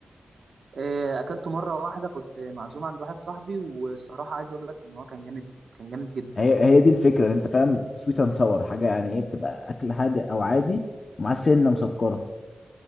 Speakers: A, on the right; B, on the left.
A: إيه، اكلته مره واحده كنت معزوم عند واحد صاحبي والصراحه عايز اقول لك ان هو كان جامد كان جامد جدا
B: هي هي دي الفكره ان انت فاهم سويت اند ساور حاجه يعني ايه بتبقى اكل هادئ او عادي ومعاه سنه مسكره